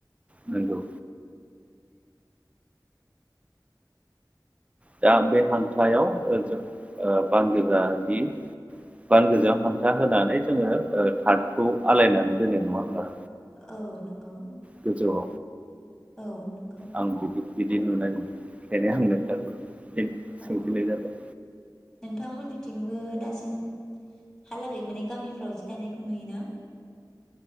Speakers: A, on the right (about 15°); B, in the centre.
A: नोंगौ दा बे हांथा आव ओ बान गोजानि बान गोजायाव हांथा होनानै जोङो ओ थार्दखौ आलायनानै दोननाय नङा होमबा?
B: औ नोंगौ।
A: गोजौआव
B: औ नंगौ
A: आं बिदि बिदि नुनाय मोनो ओंखायनो आं नोंथांखौ फिन सोंफिननाय
B: औ
A: जाबाय
B: नोंथांमोननि थिंबो दासिमहाालागै माने गामिफ्राव जि दानायखौ नुयोना?